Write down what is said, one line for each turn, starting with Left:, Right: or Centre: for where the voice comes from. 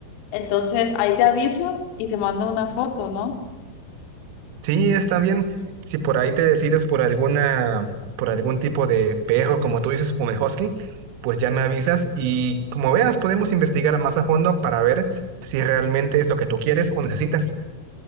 Left: Entonces, ahí te aviso y te mando una foto, ¿no?
Right: Sí, está bien. Si por ahí te decides por alguna, por algún tipo de perro, como tú dices, como el husky, pues ya me avisas y como veas, podemos investigar más a fondo para ver si realmente es lo que tú quieres o necesitas.